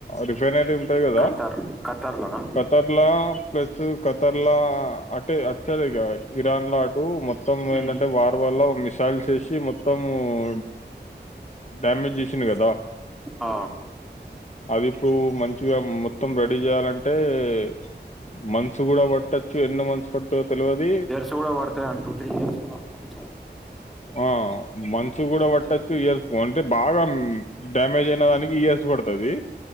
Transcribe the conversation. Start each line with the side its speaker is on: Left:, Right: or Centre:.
Left: రిఫైనరీ ఉంటది కదా
Centre: ఖతార్ ఖతార్ లోనా
Left: ఖతర్లా ప్లస్ ఖతర్లా అంటే అదిగా ఇరాన్ లాకు అటు మొత్తం
Centre: మ్మ్.
Left: ఏంటంటే వారు వల్ల మిసైల్స్ చేసి మొత్తము ఉ డ్యామేజ్ చేసింది కదా
Centre: ఆ
Left: అవి ఇప్పుడు మంచి మగా మొత్తం రెడీ చేయాలంటే అంటే మంత్స్ కూడా పట్టొచ్చు ఎన్నో మనుసు పడుతు తెలివది
Centre: చూడ పడుత అంటూ త్రీ ఇ
Left: ఆ మన్సు కూడా ఒక టచ్బ ఇయర్స్ బాగా డా మే జ్ అయిందని ఇయర్స్ పడ్తది